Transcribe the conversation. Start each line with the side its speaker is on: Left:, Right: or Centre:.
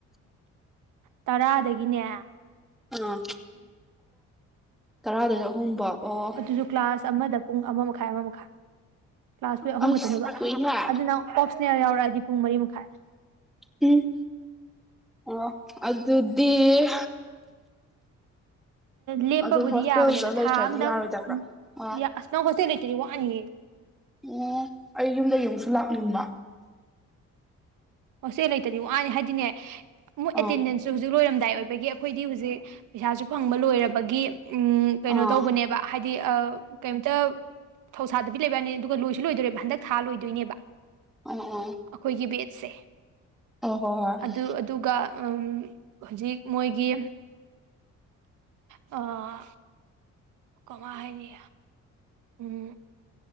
Right: ꯇꯔꯥꯗꯥꯒꯤꯅꯦ
Centre: ꯑꯥ ꯇꯔꯥꯗꯩꯅꯥ ꯑꯍꯨꯝ ꯕꯥꯎ ꯑꫭ
Right: ꯑꯗꯨꯖꯨ ꯀ꯭ꯂꯥꯁ ꯑꯃꯥꯗꯥ ꯄꯨꯡ ꯑꯃꯥ ꯃꯈꯥꯏ ꯑꯃꯥ ꯃꯈꯥꯏ ꯀ꯭ꯂꯥꯁ ꯄꯨꯗꯤ ꯑꯍꯨꯝ
Centre: ꯑꯁ
Right: ꯈꯛꯇꯥꯅꯦꯕ
Centre: ꯀꯨꯏꯍꯦ
Right: ꯑꯗꯨꯅ ꯑꯣꯞꯁꯅꯦꯜ ꯌꯥꯎꯔꯛꯑꯥꯗꯤ ꯄꯨꯡ ꯃꯔꯤ ꯃꯈꯥꯏ
Centre: ꯎꯝ ꯑꯣ ꯑꯗꯨꯗꯤ
Right: ꯂꯦꯞꯄꯥꯕꯨꯗꯤ
Centre: ꯑꯗꯨ ꯍꯣꯁꯇꯦꯜꯗ
Right: ꯌꯥꯕꯅꯦꯕ
Centre: ꯂꯩꯇ꯭ꯔꯗꯤ
Right: ꯊꯥ ꯑꯃꯥꯗꯪ
Centre: ꯌꯥꯔꯣꯏꯗꯕ꯭ꯔꯥ ꯑꯣ
Right: ꯌꯥ ꯅꯪ ꯍꯣꯁꯇꯦꯜ ꯂꯩꯇꯔꯥꯗꯤ ꯋꯥꯅꯤꯍꯦ
Centre: ꯑꯣ ꯑꯩ ꯌꯨꯝꯗꯩ ꯑꯃꯨꯛꯁꯨ ꯂꯥꯛꯅꯤꯡꯕ
Right: ꯍꯣꯁꯇꯦꯜ ꯂꯩꯇꯥꯗꯤ ꯋꯥꯅꯤ ꯍꯥꯏꯗꯤꯅꯦ ꯃꯣꯏ
Centre: ꯑꯥ
Right: ꯑꯦꯇꯦꯟꯗꯦꯟꯁ ꯑꯗꯨ ꯍꯧꯖꯤꯛ ꯂꯣꯏꯔꯝꯗꯥꯏ ꯑꯣꯏꯕꯒꯤ ꯑꯩꯈꯣꯏꯗꯤ ꯍꯧꯖꯤꯛ ꯄꯩꯁꯥꯁꯨ ꯐꯪꯕ ꯂꯣꯏꯔꯕꯒꯤ ꯎꯝ ꯀꯩꯅꯣ
Centre: ꯑꯥ
Right: ꯇꯧꯕꯅꯦꯕ ꯍꯥꯏꯗꯤ ꯑꯥ ꯀꯩꯝꯇꯥ ꯊꯧꯁꯥꯗꯥꯕꯤ ꯂꯩꯕꯋꯥꯅꯤ ꯑꯗꯨꯒ ꯂꯣꯏꯁꯨ ꯂꯣꯏꯗꯣꯔꯦꯕ ꯍꯟꯗꯛ ꯊꯥ ꯂꯣꯏꯗꯣꯏꯅꯦꯕ
Centre: ꯑꯣ ꯑꯣ
Right: ꯑꯥꯈꯣꯏꯒꯤ ꯕꯦꯠꯁꯦ
Centre: ꯑꯣ
Right: ꯑꯗꯨ
Centre: ꯍꯣ ꯍꯣꯏ
Right: ꯑꯗꯨꯒꯥ ꯎꯝ ꯍꯧꯖꯤꯛ ꯃꯣꯏꯒꯤ ꯑꯥ ꯀꯃꯥꯏ ꯍꯥꯏꯅꯤ ꯎꯝ